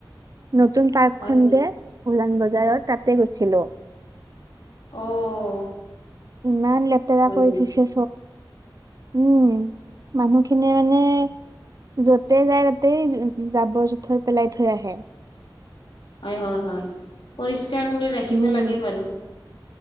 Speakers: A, on the right; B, on the left.
A: নতুন পাৰ্কখন
B: হয়
A: যে, উজান বজাৰত তাতে গৈছিলোঁ।
B: অ'
A: ইমান লেতেৰা
B: হয়
A: কৰি থৈছে উম মানুহখিনিয়ে মানে যতেই যায় তাতেই জাবৰ জোথৰ পেলাই থৈ আহে
B: হয় হয় হয় পৰিষ্কাৰ পৰিষ্কাৰ কৰি ৰাখিব
A: উম
B: লাগে বাৰু